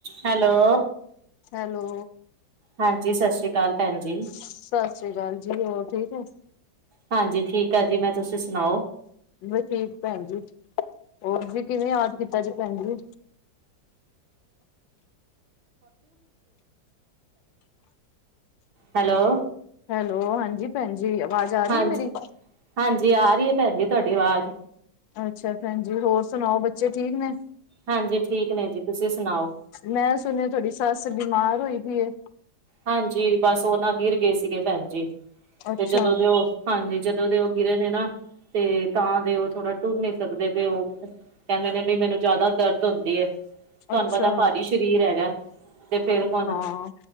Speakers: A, on the right (about 60°); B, on the left (about 80°).
A: Hello.
B: Hello.
A: ਹਾਂਜੀ, ਸਤ ਸ਼੍ਰੀ ਕਾਲ ਭੈਣ ਜੀ।
B: ਸਤਿ ਸ੍ਰੀ ਅਕਾਲ ਜੀ ਹੋਰ ਠੀਕ ਹੈ।
A: ਹਾਂਜੀ ਠੀਕ ਆ ਜੀ ਮੈਂ ਤੁਸੀਂ ਸੁਣਾਓ?
B: ਵੀ ਠੀਕ ਭੈਣ ਜੀ ਹੋਰ ਜੀ ਕਿਵੇਂ ਯਾਦ ਕੀਤਾ ਜੀ ਭੈਣ ਜੀ।
A: ਹੈਲੋ।
B: ਹੈਲੋ ਹਾਂਜੀ ਭੈਣ ਜ ਆਵਾਜ਼ ਆ ਰਹੀ
A: ਹਾਂਜੀ
B: ਹੈ ਮੇਰੀ।
A: ਹਾਂਜੀ ਆ ਰਹੀ ਹੈ ਭੈਣ ਜੀ ਤੁਹਾਡੀ ਆਵਾਜ਼।
B: ਅੱਛਾ ਭੈਣ ਜਜੀ ਹੋਰ ਸੁਣਾਓ ਬੱਚੇ ਠੀਕ ਨੇ?
A: ਹਾਂਜੀ ਠੀਕ ਨੇ ਜੀ ਤੁਸੀਂ ਸੁਣਾਓ?
B: ਮੈਂ ਸੁਣਿਆ ਤੁਹਾਡੀ ਸੱਸ ਬਿਮਾਰ ਹੋਈ ਪਈ।
A: ਹਾਂਜੀ ਬਸ ਉਹ ਨਾ ਗਿਰ ਗਏ ਸੀਗੇ ਭੈਣ ਜੀ
B: ਅੱਛਾ
A: ਤੇ ਜਦੋਂ ਦੇ ਉਹ ਹਾਂਜੀ ਜਦੋਂ ਦੇ ਉਹ ਗਿਰੇ ਨੇ ਨਾ ਤੇ ਤਾਂ ਦੇ ਉਹ ਥੋੜਾ ਟੁਰ ਨੀ ਸਕਦੇ ਕਿ ਉਹ ਕੈੰਦੇ ਨੇ ਬਈ ਮੈਨੂੰ ਜੈਦਾ ਦਰਦ ਹੁੰਦੀ ਏ। ਤੁਹਾਨੂੰ
B: ਅੱਛਾ
A: ਪਤਾ ਭਾਰੀ ਸਰੀਰ ਹੈਗੈ, ਤੇ ਫੇਰ ਹੁਣ
B: ਹਾਂ।